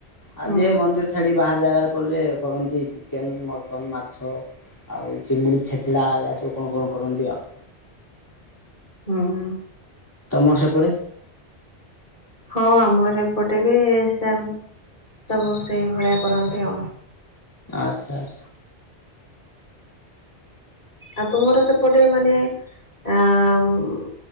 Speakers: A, on the left (about 20°); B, on the left (about 55°).
A: ଆଉ
B: ହୁଁ
A: ଯିଏ ମନ୍ଦିର ଛାଡ଼ି ବାହାରେ ଜାଗାରେ କଲେ କରନ୍ତି ଚିକେନ୍, ମଟନ୍, ମାଛ। ଆଉ ଚିଙ୍ଗୁଡ଼ି ଛେଚଡ଼ା ଏଇଆ ସବୁ କଣ କଣ କରନ୍ତି ଆଉ।
B: ହଁ ହଁ।
A: ତମର ସେପଟେ?
B: ହଁ ଆମର ଏପଟେବି ସେମ୍ ସବୁ ସେଇ ଭଳିଆ କରନ୍ତି ଆଉ।
A: ଆଚ୍ଛା ଆଚ୍ଛା।
B: ଆଉ ତୁମର ସେପଟେ ମାନେ ଆଁ